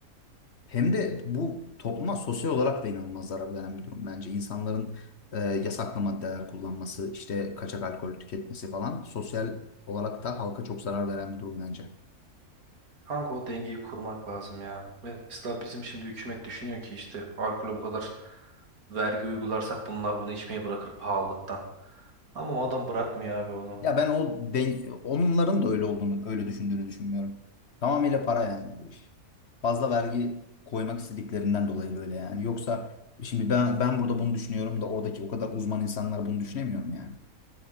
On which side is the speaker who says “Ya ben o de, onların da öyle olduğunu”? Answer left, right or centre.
Left